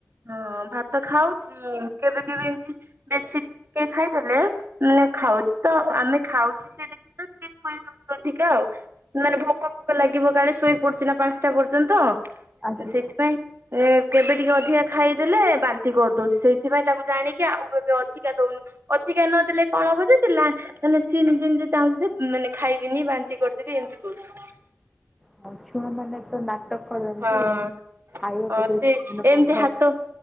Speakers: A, on the right; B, in the centre.
A: ହଁ ଭାତ ଖାଉଛି କେବେ କେବେ ଏମତି ବେଶୀ ଟିକେ ଖାଇଦେଲେ ମାନେ ଖାଉଛି ତଆଉ ଆମେ ଖାଉଛି ସେ ଦେଖି <unintelligible> ଅଧିକା ଆଉ। ମାନେ ଭୋକ ଫୋକ ଲାଗିବ କାଳେ ଶୋଇ ପଡୁଛି ନା ପାଞ୍ଚଟା ପର୍ଯ୍ୟନ୍ତ।
B: ଆଜ୍ଞା
A: ତ ସେଥିପାଇଁ ଏ କେବେ ଟିକେ ଅଧିକା ଖାଇଦେଲେ ବାନ୍ତି କରିଦଉଛି ସେଇଥିପାଇଁ ତାକୁ ଜାଣିକି ଆଉ କେବେ ଅଧିକା ଦଉନି। ଅଧିକା ନଦେଲେ କଣ ହବଯେ ସେ ଲା ତାହେଲେ ସିଏ ନିଜେ ନିଜେ ଚାହୁଁଛି ଯେ ମାନେ ଖାଇବିନି ବାନ୍ତି କରିଦେବି ଏମିତି କରୁଛି।
B: ହଁ ଛୁଆମାନେ ତ ନାଟକ କରନ୍ତି
A: ହଁ
B: ଖାଇବା ପାଖେରେ
A: ସେ
B: ଚିକେନ
A: ଏମିତି
B: ବୋଧ ହେଲାଣି।
A: ହାତ